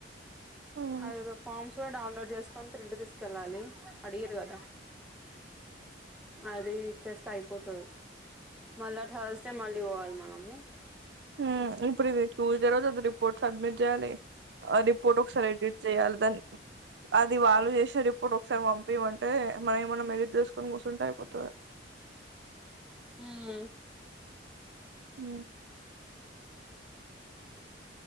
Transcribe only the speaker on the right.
హ్మ్
ఉం ఇప్పుడు ఇది ట్యూస్డే రోజు అది రిపోర్ట్ సబ్మిట్ చేయాలి ఆ రిపోర్ట్ ఒకసారి ఎడిట్ చేయాలి దాన్ని అది వాళ్ళు చేసే రిపోర్ట్ ఒకసారి పంపియ మంటే మనం ఏమైనా ఎడిట్ చేసుకొని కూర్సుుంటే అయిపోతది
హుమ్